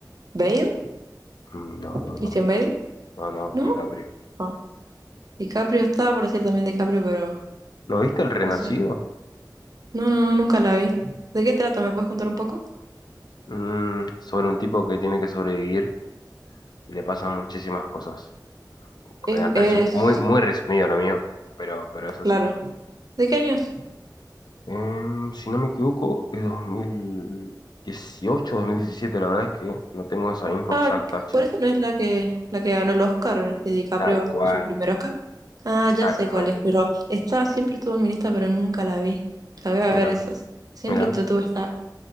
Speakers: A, on the right; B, on the left.
A: Bale,
B: Mm, No, no,
A: Christian
B: no,
A: Bale,
B: no, no,
A: ¿no?
B: DiCaprio.
A: Ah, DiCaprio estaba por decir también DiCaprio, pero
B: ¿No viste el Renacido?
A: no sé. No, no, no, nunca la vi. ¿De qué trata? ¿Me puedes contar un poco?
B: Mm, sobre un tipo que tiene que sobrevivir y le pasan muchísimas cosas.
A: Es,
B: en resu-
A: es,
B: muy, muy resumido lo mío, pero, pero es así.
A: claro. ¿De qué año es?
B: Em, si no me equivoco, es 2018, 2017, la verdad es que no tengo esa info
A: Ah,
B: exacta, che.
A: por eso no es la que la que ganó el Oscar, eh, DiCaprio,
B: Tal cual,
A: su primer Oscar. Ah,
B: exactamente.
A: ya sé cuál es, pero estaba, siempre estuvo en mi lista, pero nunca la vi. La voy a ver
B: Mira,
A: esa. Siempre
B: mira,
A: te tuve esta.